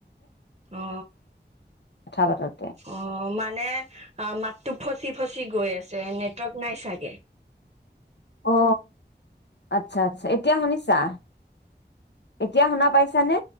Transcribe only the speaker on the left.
কথা পাতোতে
অ, আচ্ছা আচ্ছা এতিয়া শুনিছা? এতিয়া শুনা পাইছানে?